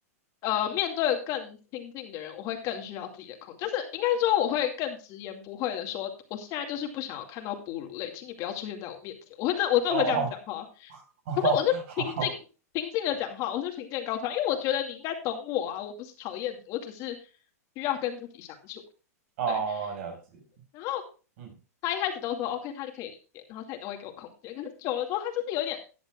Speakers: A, on the left (about 40°); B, on the right (about 55°).
A: 呃面对更亲近的人，我会更需要自己的空间，就是应该说我会更直言不讳的说，我现在就是不想要看到哺乳类，请你不要出现在我面前。我会这我真的会这样讲话，
B: 哦哦哦，
A: 可是我是平静平静的讲话，
B: 好
A: 我是平静高调，因为我觉得你应该懂我啊，我不是讨厌你，我只是需要跟自己相处。
B: 哦，
A: 对，
B: 了解，
A: 然后
B: 嗯
A: 他一开始都说 OK，他可以理解，然后他也都会给我空间。可是久了之后，他就是有点